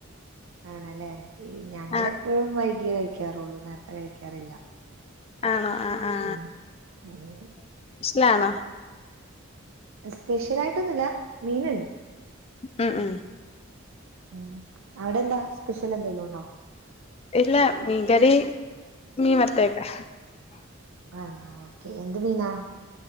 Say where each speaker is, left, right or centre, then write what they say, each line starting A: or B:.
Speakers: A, on the right (about 75°); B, on the left (about 30°).
A: ആണല്ലേ ഞങ്ങൾ
B: ആ
A: എപ്പോഴും വൈകിയേ കഴിക്കാറുള്ളു നേരത്തെ കഴിക്കാറില്ല
B: ആ ആ
A: മ്മ് മ്മ്
B: ലാണോ
A: സ്പെഷ്യൽ ആയിട്ടൊന്നുല്ല മീനൊണ്ട്
B: മ്മ് മ്മ്
A: മ്മ് അവിടെ എന്താ സ്പെഷ്യൽ എന്തെങ്കിലുമുണ്ടോ?
B: ഇല്ല മീൻ കറി മീൻ വറുത്തതൊക്കെ
A: ആ എന്ത് മീനാ?